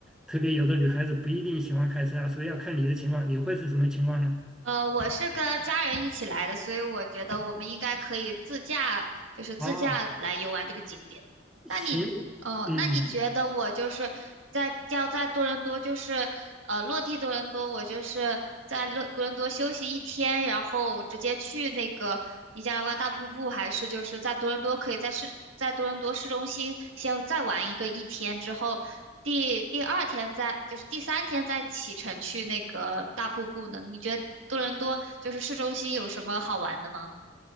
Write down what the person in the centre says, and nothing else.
特别有的女孩子不一定喜欢开车啊，所以要看你的情况，你会是什么情况呢？
哦，行，
嗯，